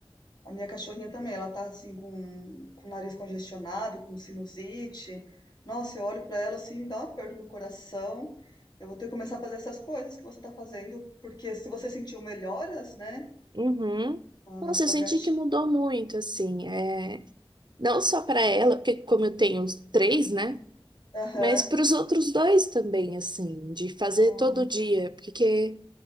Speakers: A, on the left; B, on the right.
A: A minha cachorrinha também, ela tá assim com, com o nariz congestionado, com sinusite. Nossa, eu olho pra ela assim, me dá um aperto no coração. Eu vou ter que começar a fazer essas coisas que você tá fazendo, porque se você sentiu melhoras, né,
B: Uhum.
A: na
B: Nossa,
A: na sua
B: eu senti
A: gatinha.
B: que mudou muito, assim, é... não só para ela, porque como eu tenho os três, né?
A: Aham,
B: Mas para os outros dois também, assim, de fazer
A: ah,
B: todo dia, porque